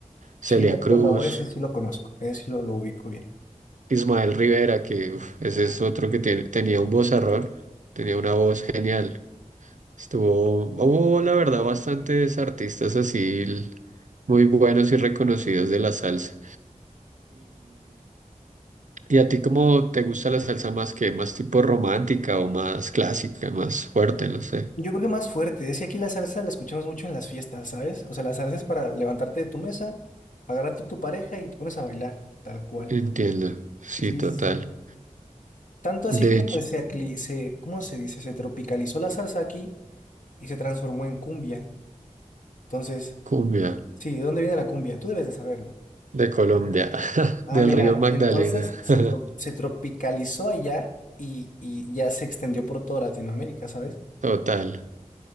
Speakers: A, on the right (about 65°); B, on the left (about 75°).
A: Celia
B: Sí, a Héctor
A: Cruz,
B: Lavoe ese sí lo conozco, ese sí lo, lo ubico bien.
A: Ismael Rivera, que uf, ese es otro que tiene- tenía un vozarrón, tenía una voz genial. Estuvo, hubo la verdad bastantes artistas así l- muy buenos y reconocidos de la salsa. ¿Y a ti cómo te gusta la salsa más que más tipo romántica o más clásica, más fuerte? No sé.
B: Yo creo que más fuerte, es que aquí la salsa la escuchamos mucho en las fiestas, ¿sabes? O sea, la salsa es para levantarte de tu mesa, agarrarte a tu pareja y te pones a bailar, tal cual.
A: Entiendo. Sí,
B: Sí,
A: total.
B: sí, sí. Tanto así
A: De
B: que
A: hecho,
B: pues se, acli- se, ¿cómo se dice? Se tropicalizó la salsa aquí y se transformó en cumbia. Entonces,
A: cumbia
B: sí, ¿de dónde viene la cumbia? Tú debes de saberlo.
A: de Colombia, <laughs>
B: Ah,
A: del
B: mira,
A: río Magdalena.
B: entonces se,
A: <laughs>
B: tro- se tropicalizó allá y, y ya se extendió por toda Latinoamérica, ¿sabes?
A: Total.